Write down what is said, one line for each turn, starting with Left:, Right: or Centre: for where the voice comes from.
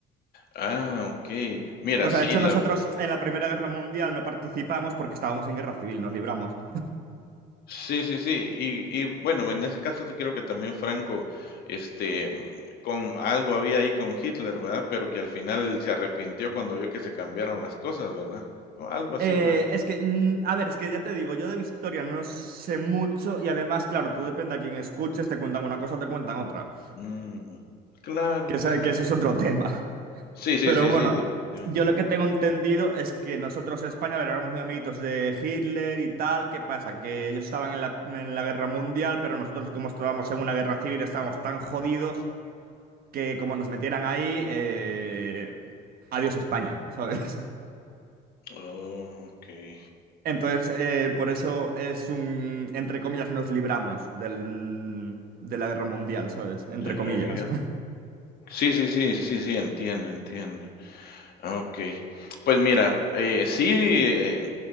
Left: Ah, okey. Mira,
Right: O
Left: sí,
Right: sea, de hecho
Left: la
Right: nosotros
Left: verdad
Right: en la Primera Guerra Mundial no participamos porque estábamos en guerra civil, nos libramos.
Left: sí, sí, sí. Y y bueno, en ese caso te creo que también Franco, este, mm, con algo había ahí con Hitler, ¿verdad? Pero que al final se arrepintió cuando vio que se cambiaron las cosas, ¿verdad? O algo así
Right: Eh,
Left: fue.
Right: es que, mm, a ver, es que ya te digo, yo de historia no sé mucho y además, claro, tú depende a quién escuches, te cuentan una cosa o te cuentan otra.
Left: Mm, claro,
Right: Que, esa-
Left: claro.
Right: que eso es otro <laughs> tema.
Left: Sí, sí,
Right: Pero
Left: sí,
Right: bueno,
Left: sí, definitivamente.
Right: yo lo que tengo entendido es que nosotros en España, a ver, éramos muy amiguitos de Hitler y tal. ¿Qué pasa? Que ellos estaban en la, en la guerra mundial, pero nosotros como estábamos en una guerra civil estábamos tan jodidos que como nos metieran ahí, eh, adiós España, ¿sabes?
Left: Oh, okey,
Right: <laughs> Entonces, eh, por eso es un, entre comillas, nos libramos del, de la guerra mundial, ¿sabes? Entre
Left: de
Right: comillas.
Left: la guerra. Sí, sí, sí, sí, sí, entiendo, entiendo. Ah, okey. Pues mira, eh, sí, eh